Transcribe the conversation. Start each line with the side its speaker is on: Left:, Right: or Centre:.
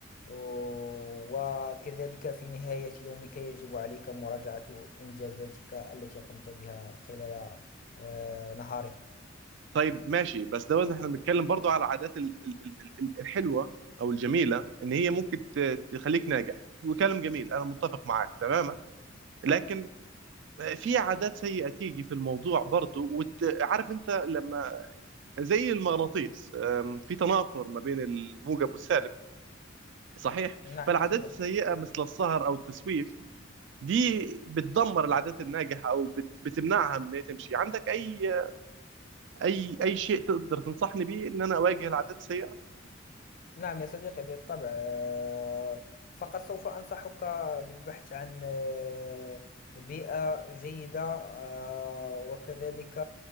Left: وكذلك في نهاية يومك يجب عليك مراجعة إنجازاتك التي قمت بها خلال آه، نهارك
Right: طيب ماشي بس ده احنا بنتكلم برضو على العادات ال- ال- ال- ال- الحلوه او الجميله ان هي ممكن ت- تخليك ناجح وكلام جميل انا متفق معاك تماما لكن في عادات سيئه تيجي في الموضوع برضو وعارف انت لما زي المغناطيس أم، في تنافر ما بين الموجب والسالب صحيح
Left: نعم
Right: فالعادات
Left: يا صديقي
Right: السيئه مثل السهر او التسويف دي بتدمر العادات الناجحه او بت- بتمنعها من ان هي تمشي عندك اي اي اي شيء تقدر تنصحني بيه ان انا اواجه العادات السيئه
Left: نعم يا صديقي بالطبع آه، فقط سوف أنصحك بالبحث عن آه، بيئة جيدة آه، وكذلك